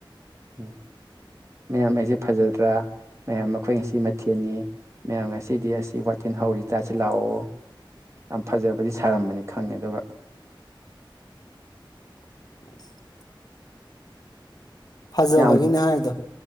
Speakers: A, on the right (about 35°); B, on the left (about 45°).
A: ꯎꯝ ꯃꯌꯥꯝ ꯑꯩꯁꯦ ꯐꯖꯗ꯭ꯔꯥ ꯃꯌꯥꯝ ꯃꯈꯣꯏ ꯉꯁꯤ ꯃꯊꯦꯜꯅꯤ ꯃꯌꯥꯝ ꯉꯁꯤꯗꯤ ꯑꯁꯤ ꯋꯥꯇꯤꯟ ꯍꯧꯔꯤ ꯇꯥꯁꯤ ꯂꯥꯛꯑꯣ ꯌꯥꯝ ꯐꯖꯕꯗꯤ ꯁꯥꯔꯝꯕꯅꯤ ꯈꯪꯉꯦ ꯑꯗꯨꯒ
B: <inaudible> ꯐꯖꯕꯒꯤꯅꯦ
A: ꯌꯥꯝ
B: ꯍꯥꯏꯗꯣ